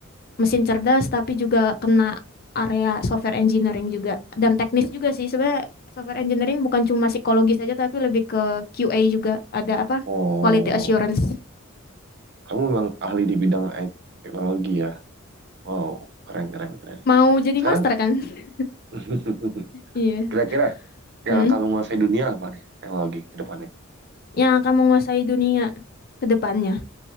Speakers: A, on the left (about 45°); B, on the right (about 55°).
A: mesin cerdas tapi juga kena area software engineering juga dan teknis juga sih. Sebenarnya software engineering bukan cuma psikologis saja tapi lebih ke QA juga. Ada apa?
B: Oh.
A: Quality assurance.
B: Kamu memang ahli di bidang IT teknologi ya. Wow, keren, keren, keren.
A: Mau jadi
B: Sekarang
A: master kan? <laughs>
B: <laughs>
A: Iya.
B: kira-kira yang
A: Mm.
B: akan menguasai dunia apa nih? Teknologi ke depannya.
A: Yang akan menguasai dunia ke depannya.